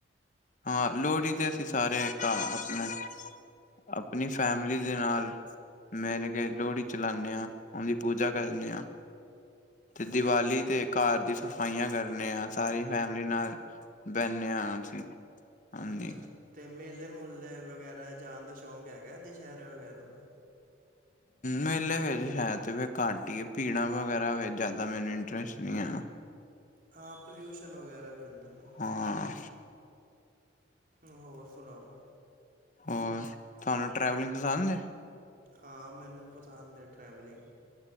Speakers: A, on the left; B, on the right.
A: ਹਾਂ, ਲੋਹੜੀ ਤੇ ਅਸੀਂ ਸਾਰੇ ਘਾ ਆਪਣੇ ਆਪਣੀ ਫੈਮਲੀ ਦੇ ਨਾਲ। ਮਿਲ ਕੇ ਲੋਹੜੀ ਚਲਾਉਣੇ ਆ, ਉਹਦੀ ਪੂਜਾ ਕਰਨੇ ਆ। ਤੇ
B: ਅੱਛਾ
A: ਦੀਵਾਲੀ
B: ਅੱਛਾ
A: ਤੇ ਘਰ ਦੀ ਸ ਸਫਾਈਆਂ ਕਰਨੇ ਆ, ਸਾਰੀ ਫੈਮਿਲੀ ਨਾਲ ਬਹਿਣੇ ਆ। ਅਸੀਂ ਹਾਂਜੀ
B: ਅੱਚਾ। ਤੇ ਮੇਲੇ ਮੂਲੇ ਵਗੈਰਾ ਜਾਣ ਦਾ ਸ਼ੌਂਕ ਹੈਗਾ ਦਸਹਿਰੇ ਵਗੈਰਾ ਦਾ?
A: ਮੇਲੇ ਵਿੱਚ ਹੈ ਤੇ ਵੇਹੇ ਘੱਟ ਈ ਐ, ਭੀੜਾਂ ਵਗੈਰਾ ਵਿੱਚ ਜ਼ਿਆਦਾ ਮੈਨੂੰ ਇੰਟਰੇਸ਼ਟ ਨਹੀਂ ਆ।
B: ਹਾਂ, ਪਲੂਸ਼ਨ ਵਗੈਰਾ ਵੀ ਹੁੰਦਾ ਨਾ।
A: ਹਾਂ
B: ਹੋਰ ਸੁਣਾਓ?
A: ਹੋਰ, ਤੁਹਾਨੂੰ ਟਰੈਵਲਿੰਗ ਪਸੰਦ ਐ?
B: ਹਾਂ, ਮੈਨੂੰ ਪਸੰਦ ਐ ਟਰੈਵਲਿੰਗ।